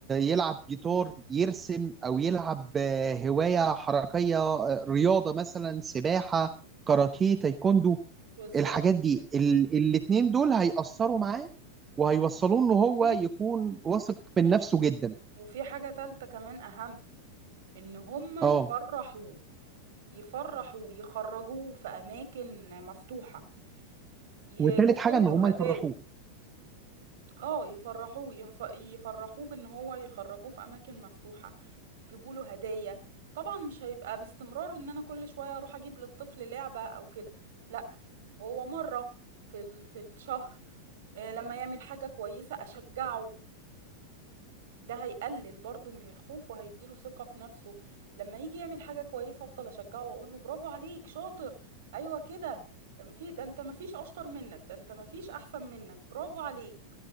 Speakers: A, on the right; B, on the right.
A: يلعب جيتار يرسم او يلعب آه، هوايه حركيه آه، رياضه مثلا سباحه كاراتيه تايكوندو
B: بالظبط
A: الحاجات
B: كده
A: دي ال... الاتنين دول هيأثروا معاه وهيوصلوه ان هو
B: وفي
A: يكون واثق من نفسه جدا
B: وفي حاجة تالتة كمان أهم إن هما
A: اه
B: يفرحوا يفرحوا يخرجوه في أماكن مفتوحة يجيبوا
A: وتالت حاجه ان
B: له
A: هم يفرحوه
B: هدايا اه يفرحوه يف... يفرحوه بإن هو يخرجوه في أماكن مفتوحة يجيبوا له هدايا طبعا مش هيبقى باستمرار إن أنا كل شوية أروح أجيب للطفل لعبة أو كده لا هو مرة في ال... في الشهر آه، لما يعمل حاجة كويسة أشجعه ده هيقلل برضه من الخوف وهيديله ثقة في نفسه لما يجي يعمل حاجة كويسة افضل اشجعه واقول له برافو عليك شاطر ايوه كده في ده انت مفيش اشطر منك ده انت مفيش احسن منك برافو عليك